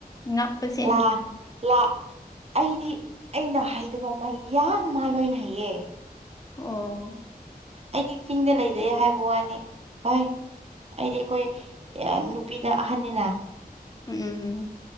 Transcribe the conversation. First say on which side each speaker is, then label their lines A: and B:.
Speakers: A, on the left; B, on the right.
A: ꯉꯛꯄꯁꯦ
B: ꯂꯥ ꯂ ꯑꯩꯗꯤ ꯑꯩꯅ ꯍꯩꯗꯕ ꯃꯩ ꯌꯥꯝ ꯃꯥꯜꯂꯣꯏꯅ ꯍꯩꯌꯦ
A: ꯑꯣ꯫
B: ꯑꯩꯗꯤ ꯆꯤꯡꯗ ꯂꯩꯖꯩ ꯍꯥꯏꯕ ꯋꯥꯅꯤ ꯍꯣꯏ ꯑꯩꯗꯤ ꯑꯩꯈꯣꯏ ꯅꯨꯄꯤꯗ ꯑꯍꯟꯅꯤꯅ
A: ꯎꯝꯝ